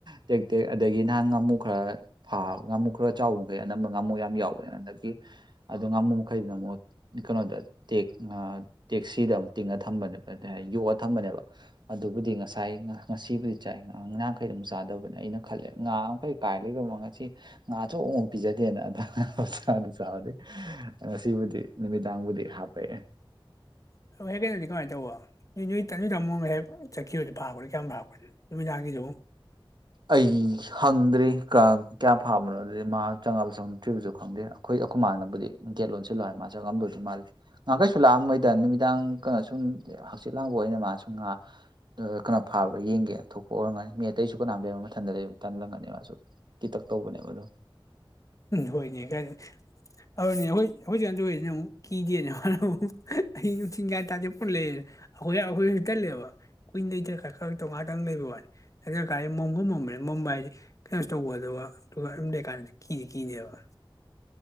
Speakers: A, on the right (about 55°); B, on the left (about 35°).
A: ꯇꯦꯛ ꯇꯦꯛ ꯑꯗꯒꯤ ꯅꯍꯥꯟ ꯉꯥꯃꯨ ꯈꯔ ꯊꯥ ꯉꯥꯃꯨ ꯈꯔ ꯆꯥꯎꯕ ꯃꯈꯩ ꯑꯅꯝꯕ ꯉꯥꯃꯨ ꯌꯥꯝ ꯌꯥꯎꯕꯅꯤꯅ ꯍꯟꯗꯛꯀꯤ ꯑꯗꯣ ꯉꯥꯃꯨ ꯃꯈꯩꯗꯨꯅ ꯑꯃꯨꯛ ꯀꯩꯅꯣꯗ ꯇ‌ꯦꯛ ꯑ ꯇꯦꯛꯁꯤꯗ ꯑꯃꯨꯛ ꯇꯤꯡꯉ ꯊꯝꯕꯅꯦꯕ ꯍꯥꯏ ꯌꯣꯛꯑ ꯊꯝꯕꯅꯦꯕ ꯑꯗꯨꯕꯨꯗꯤ ꯉꯁꯥ ꯉꯁꯏ ꯉꯁꯤꯕꯨꯗꯤ ꯆꯥꯏ ꯉꯥꯈꯩ ꯑꯝ ꯆꯥꯗꯕꯅꯦ ꯑꯩꯅ ꯈꯜꯂꯦ ꯉꯥ ꯃꯈꯩ ꯀꯥꯏ ꯂꯩꯈꯔꯝꯅ‌ꯣ ꯉꯁꯤ ꯉꯥ ꯑꯆꯧꯕ <unintelligible> ꯄꯤꯖꯗꯦꯅ ꯑꯗ ꯑꯗꯨ ꯆꯥꯕꯗꯩ ꯉꯁꯤꯕꯨꯗꯤ ꯅꯨꯃꯤꯗꯥꯡꯕꯨꯗꯤ ꯍꯥꯞꯄꯑꯦ
B: <unintelligible> ꯗꯤ ꯀꯃꯥꯏꯅ ꯇꯧꯕ ꯅ‌ꯣ ꯅ‌ꯣꯏ ꯅ‌ꯣꯆ ꯇꯥꯃ‌ꯣ ꯃꯍꯦꯛ ꯆꯠꯈꯤꯕꯗꯨ ꯐꯥꯔꯛꯄꯗꯤ ꯀꯌꯥꯝ ꯐꯥꯔꯛꯄ ꯅꯨꯃꯤꯗꯥꯡꯒꯤꯁꯨ
A: ꯑꯩ ꯍꯪꯗ꯭ꯔꯤ ꯀ ꯀꯌꯥ ꯐꯥꯕꯅꯣ ꯑꯗꯨꯗꯤ ꯃꯥ ꯆꯪꯉꯛꯑꯕ ꯆꯪꯉꯛꯗ꯭ꯔꯤꯕꯁꯨ ꯈꯪ ꯗ‌ꯦ ꯑꯩꯈ‌ꯣꯏ ꯑꯈꯣ ꯃꯥꯥꯅꯕꯨꯗꯤ ꯒꯦꯠ ꯂꯣꯟꯁꯤꯜꯂꯣ ꯍꯥꯏ ꯃꯥ ꯆꯪꯉꯝꯗꯣꯏꯗꯤ ꯃꯥꯜꯂꯤ ꯉꯥ ꯀꯩꯁꯨ ꯂꯥꯛꯑꯝꯈꯣꯏꯗ ꯅꯨꯃꯤꯗꯥꯡ ꯀ ꯁꯨꯝ ꯍꯪꯆꯤꯠ ꯂꯥꯡꯕ ꯑꯣꯏꯅ ꯃꯥ ꯁꯨꯝ ꯉꯥꯛ ꯀꯩꯅꯣ ꯐꯥꯕ꯭ꯔꯥ ꯌꯦꯡꯒꯦꯅ ꯊꯣꯛꯄ ꯑꯣꯏꯔꯝꯒꯅꯤ ꯃꯤ ꯑꯇꯩꯁꯨ <unintelligible> ꯕ ꯃꯊꯟꯇ ꯂꯩ ꯇꯟꯂꯝꯒꯅꯦ ꯃꯥꯁꯨ ꯀꯤꯇꯛ ꯇꯧꯕꯅꯦꯕ ꯑꯗꯣ
B: ꯍꯣꯏꯅꯦ ꯀꯥꯏꯗ ꯑꯗꯨꯅꯦ ꯍꯣꯏ ꯍꯧꯖꯤꯛꯀꯥꯟꯑ‌ꯣꯏꯁꯤꯅ ꯑꯃꯨꯛ ꯀꯤꯗꯦꯅ ꯃꯥꯅꯃꯨꯛ ꯑꯍꯤꯡ ꯅꯨꯡꯊꯤꯟ ꯒꯌꯥꯟ ꯇꯥꯗꯦ ꯚꯨꯠ ꯂꯩꯌꯦ ꯑꯩꯈꯣꯏ ꯑꯩꯈꯣꯏꯖꯨ ꯇꯜꯂꯦꯕ ꯀꯨꯏꯅ ꯂꯩꯗ꯭ꯔ ꯈꯔ ꯈꯔ ꯇꯧ ꯉꯥꯛꯇꯪ ꯂꯩꯕ ꯋꯥꯅꯤ ꯅ‌ꯣꯏꯀꯥꯏ ꯃꯝꯁꯨ ꯃꯝꯃ‌ꯦ ꯃꯝꯕ ꯍꯥꯏꯁꯦ ꯀꯩꯅꯣ ꯇꯧꯒꯗꯕ ꯑꯗꯨꯒ ꯑꯗꯨꯝ ꯂꯩꯀꯥꯟ ꯀꯤꯗꯤ ꯀꯤꯅꯦꯕ